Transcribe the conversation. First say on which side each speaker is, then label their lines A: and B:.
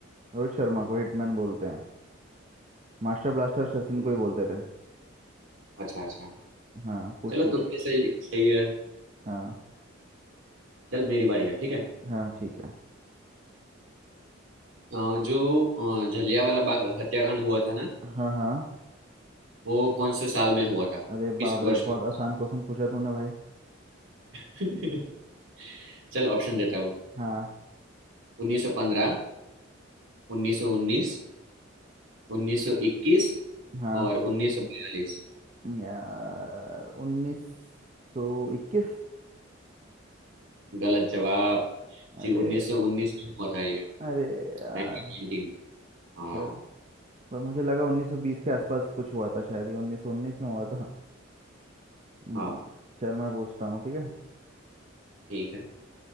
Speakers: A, on the right (about 35°); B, on the right (about 75°).
A: रोहित शर्मा को हिटमैन बोलते हैं मास्टर ब्लास्टर सचिन
B: <laughs>
A: को ही बोलते थे
B: अच्छा अच्छा
A: हाँ पूछ
B: चलो
A: पूछ
B: तुक्के से सही है
A: हाँ
B: चल मेरी बारी है ठीक है
A: हाँ ठीक है
B: अ, जो अ, जलियांवाला बाग हत्याकांड हुआ था ना
A: हाँ हाँ
B: वो कौन से साल में हुआ था
A: अरे
B: किस
A: बाप
B: वर्ष
A: रे बहुत
B: में हुआ
A: आसान क्वेश्चन पूछा तूने भाई
B: था? <laughs> चल ऑप्शन देता हूँ
A: हाँ
B: 1915 1919 1921
A: हाँ
B: और 1942
A: यार उन्नीस सौ इक्कीस
B: गलत जवाब जी
A: अरे
B: 1919 में हुआ था ये
A: अरे
B: 1919
A: यार
B: हाँ
A: चल पर मुझे लगा उन्नीस सौ बीस के आसपास कुछ हुआ था शायद ही उन्नीस सौ उन्नीस में हुआ था हम्म,
B: हाँ
A: चल मैं पूछता हूँ ठीक है
B: ठीक है